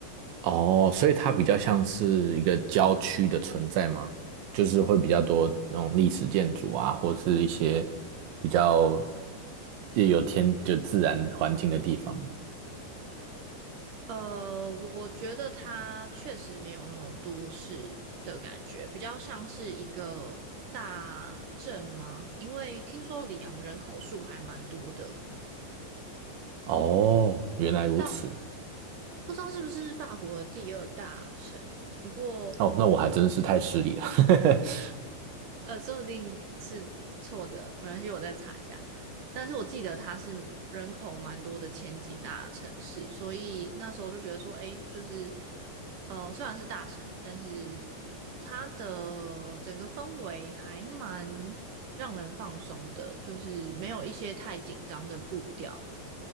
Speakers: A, on the right; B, on the right.
A: 哦，所以它比较像是一个郊区的存在吗？就是会比较多那种历史建筑啊，或是一些比较也有天就自然环境的地方。
B: 呃，我觉得它确实没有那种都市的感觉，比较像是一个大镇吗？因为听说里昂人口数还蛮多的，不
A: 哦，原来如此。
B: 知道不知道是不是法国的第二大城。不过
A: 哦，那我还真是太失礼了。<laughs>
B: 呃，说不定是错的，没关系，我再查一下。但是我记得它是人口蛮多的前几大城市，所以那时候就觉得说，诶，就是呃，虽然是大城，但是它的整个氛围还蛮让人放松的，就是没有一些太紧张的步调。